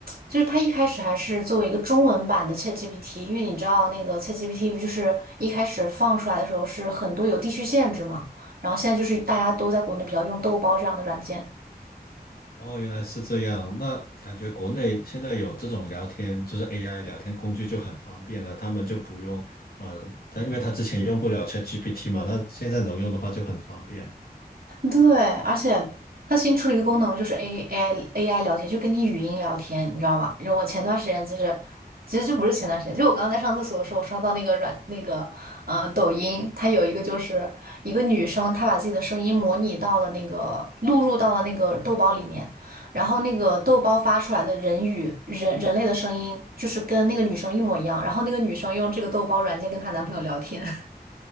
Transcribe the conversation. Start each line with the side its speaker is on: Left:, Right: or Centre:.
Right: 就是它一开始还是作为一个中文版的 ChatGPT，因为你知道那个 ChatGPT 不就是一开始放出来的时候是很多有地区限制嘛，然后现在就是大家都在国内比较用豆包这样的软件。
Left: 哦，原来是这样。那感觉国内现在有这种聊天，就是 AI 聊天工具就很方便了，他们就不用，呃，他因为他之前用不了 ChatGPT 嘛，他现在能用的话就很方便。
Right: 对，而且它新出了一个功能，就是 A AI AI 聊天，就跟你语音聊天，你知道吗？然后我前段时间就是，其实就不是前段时间，就我刚刚在上厕所的时候，我刷到那个软那个呃抖音，它有一个就是一个女生，她把自己的声音模拟到了那个录入到了那个豆包里面，然后那个豆包发出来的人语人人类的声音，就是跟那个女生一模一样，然后那个女生用这个豆包软件跟她男朋友聊天。<laughs>